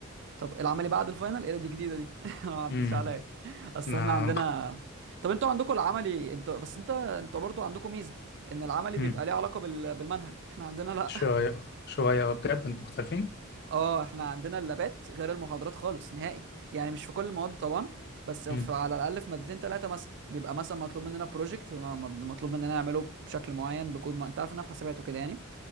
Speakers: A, on the right (about 55°); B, on the left (about 50°).
A: طب العملي بعد الفاينل ايه ده، دي جديده دي <laughs> ما عدتش
B: امم
A: عليا اصل
B: ما
A: احنا عندنا
B: مخت...
A: طب انتوا عندكم العملي انتوا بس انت انتوا برضو عندكم ميزه ان العملي
B: امم
A: بيبقى ليه علاقه بال... بالمنهج احنا عندنا لا
B: شوية شوية بجد أنتوا مختلفين؟
A: <laughs> اه احنا عندنا اللابات غير المحاضرات خالص نهائي يعني مش في كل المواد طبعا بس في
B: امم
A: على الاقل في مادتين ثلاثه مثلا بيبقى مثلا مطلوب مننا بروجكت مطلوب مننا نعمله بشكل معين بكود ما... انت عارف انها في حسابات وكده يعني